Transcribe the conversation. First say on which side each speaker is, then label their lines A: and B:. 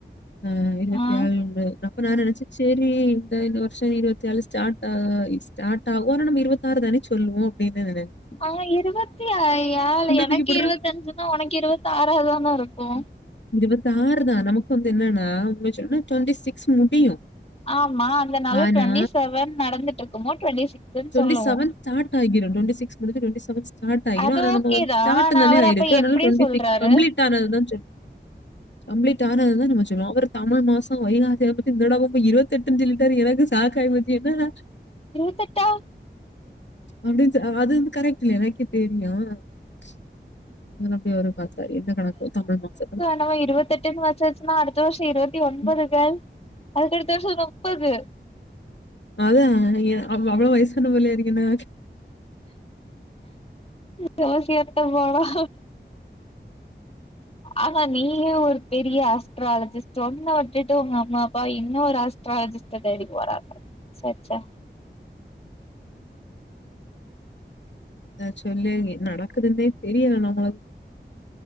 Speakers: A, on the left; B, on the left.
A: அ இருவத்தி
B: ஆஹ்
A: ஆறு இருவத்தி ஏழு இப்ப நா நெனச்ச சேரி இந்த வருஷோ இருவத்தி ஏழு ஸ்டார்ட் ஸ்டார்ட் ஆகு ஆனா நம்ம இருவத்தி ஆறு தான சொல்லுவோ அப்படின்னு நெனைச்ச
B: ஆஹ் இருவத்திஐ ஆஹ் எனக்கு
A: தூக்கி போடுறேன்.
B: இருவத்தஞ்சுன்னா உனக்கு இருவத்தாறாதான இருக்கு
A: இருபத்தாறுதா நமக்கு வந்து என்னன்னா உண்மயசொல்னா டொண்டி சிக்ஸ் முடியு
B: ஆமா அந்த நாளு
A: ஆனா
B: டுவெண்ட்டி செவன் நடந்துட்டு இருக்குமோ டுவெண்ட்டி சிக்ஸ்ன்னு
A: டொண்டி
B: சொல்லுவோ
A: செவன் ஸ்டாட் ஆகிறு டொவெண்டி சிக்ஸ் முடுஞ்சு டொண்டி செவன் ஸ்டாட் ஆகிறு
B: அது
A: ஆனா
B: ஓகேதா
A: நம் வந்து ஸ்டாட்
B: ஆனா
A: தானே
B: அவரு
A: ஆயிருக்கு
B: அப்ப
A: அதனால
B: எப்டி
A: டொண்டி
B: சொல்றாரு
A: சிக்ஸ் கம்ப்ளீட் ஆனதுதா சொல் கம்ப்ளீட் ஆனதுதா நம்ம சொல்லுவோ அவர் தம்ழ் மாசசோ வைகாசிய பத்தி இந்தடவ போய் இருவத்தெட்டுனு சொல்டாரு எனக்கு சாக்காய்போச்சு என்னாடா
B: இருவத்தெட்டா
A: அப்டின்னு அ அது வந்து கரெக்ட் இல்ல எனக்கே தெரியு <unintelligible> ஆத்தாடி எந்த கணக்கோ தமிழ் மாசத்துல
B: நம்ம இருவத்தெட்டுனு வச்சாச்சுன்னா அடுத்த வருஷோ இருவத்தி ஒன்பதுங்க
A: ம்,
B: அ <unintelligible> முப்பது
A: அதா ஏ அவ் அவ்ளவ் வயசு ஒண்ணு இல்லயே ஏரிக்கின்னா
B: தோசயாருந்தா வா வா ஆனா நீயு ஒரு பெரிய ஆஸ்ட்ராலிஜிஸ்டோன்னு நா விட்டுட்டோ உங்க அம்மா அப்பா என்ன ஒரு ஆஸ்ட்ராலிஜிஸ்ட தேடி போறாங்க சேச்சே
A: தே சொல்லு என் நடக்குதுனே தெரில நம்மளுக்